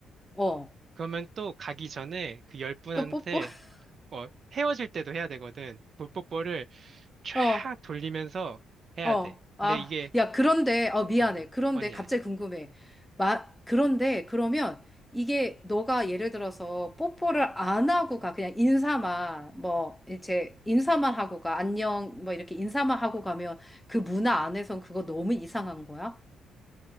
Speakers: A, in the centre; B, on the right.
A: 어.
B: 그러면 또 가기 전에 그 열 분한테
A: 또 뽀뽀? <laughs>
B: 어, 헤어질 때도 해야 되거든. 볼뽀뽀를 쫙
A: 어,
B: 돌리면서 해야
A: 어.
B: 돼.
A: 아,
B: 근데 이게,
A: 야, 그런데, 어, 미안해.
B: 어,
A: 그런데
B: 아니야,
A: 갑자기
B: 아니야.
A: 궁금해. 마, 그런데, 그러면 이게 너가 예를 들어서 뽀뽀를 안 하고 가. 그냥 인사만, 뭐, 이제 인사만 하고 가. 안녕, 뭐, 이렇게 인사만 하고 가면 그 문화 안에선 그거 너무 이상한 거야?